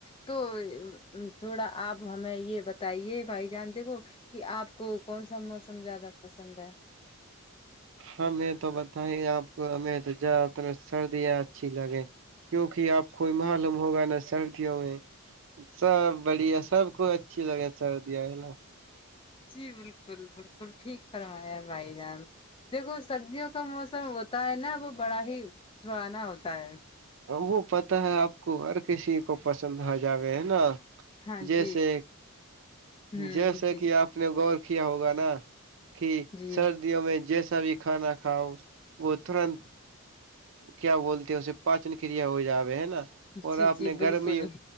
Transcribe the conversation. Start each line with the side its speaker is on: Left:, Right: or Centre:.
Left: تو تھوڑا آپ ہمیں یہ بتائیے بھائی جان دیکھو کہ آپ کو کون سا موسم زیادہ پسند ہے
Right: ہمیں تو بتائی آپ کو ہمیں تو زیادہ تر سردیاں اچھی لگے کیونکہ آپ کوئی معلوم ہوگا نا سردیوں میں سب بڑھیا سب کو اچھی لگے سردی آئے ن
Left: جی بالکل بالکل ٹھیک فرمایا بھائی جان دیکھو سردیوں موسم ہوتا ہے نا وہ بڑا ہی سہانا ہوتا ہے
Right: وہ پتا ہے آپ کو ہر کسی کو پسند آ جاوے ہے نا
Left: ہاں
Right: جیسے
Left: جی ہوں
Right: جیسے
Left: جی
Right: کہ آپ نے غور کیا ہوگا نا کہ
Left: جی
Right: سر میں جیسا بھی کھانا کھاؤ وہ ترنت کیا بولتے ہیں اسے پاچن کیا ہو جاوے ہے نا اور
Left: جی
Right: آپ
Left: جی
Right: نے
Left: بالکل
Right: گرمی